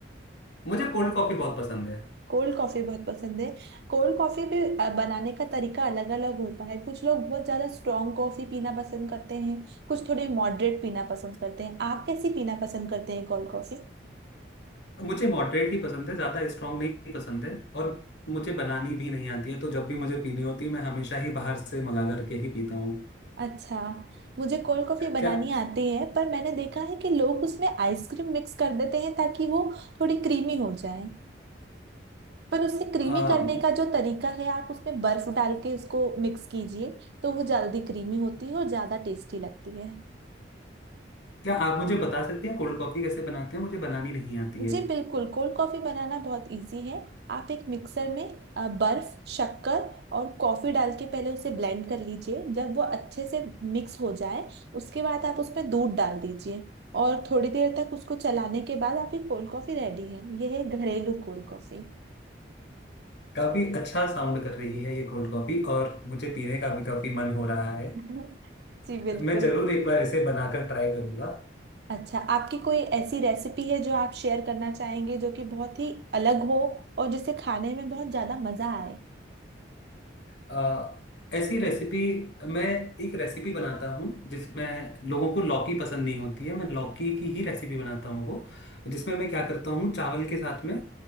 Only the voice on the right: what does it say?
कोल्ड कॉफी बहुत पसंद है कोल्ड कॉफी भी अ, बनाने का तरीका अलग अलग होता है कुछ लोग बहुत ज्यादा स्ट्रॉन्ग कॉफी पीना पसंद करते हैं कुछ थोड़े मॉडरेट पीना पसंद करते हैं आप कैसी पीना पसंद करते हैं कोल्ड कॉफी
अच्छा मुझे कोल्ड कॉफी बनानी
आती है पर मैंने देखा है कि लोग उसमें आइसक्रीम मिक्स कर देते हैं ताकि वो थोड़ी क्रीमी हो जाए पर उसे क्रीमी
करने का जो तरीका है आप उसमें बर्फ डाल के उसको मिक्स कीजिए तो वो जल्दी क्रीमी होती है और ज्यादा टेस्टी लगती है
जी बिल्कुल कोल्ड कॉफी बनाना बहुत इजी है आप एक मिक्सर में अ, बर्फ शक्कर और कॉफी डाल के पहले उसे ब्लेंड कर लीजिए जब वो अच्छे से मिक्स हो जाए उसके बाद आप उसमें दूध डाल दीजिए और थोड़ी देर तक उसको चलाने के बाद आपकी कोल्ड कॉफी रेडी है यह है घरेलू कोल्ड कॉफी
<laughs> जी बिल्कुल
अच्छा आपकी कोई ऐसी रेसिपी है जो आप शेयर करना चाहेंगे जो कि बहुत ही अलग हो और जिसे खाने में बहुत ज्यादा मजा आए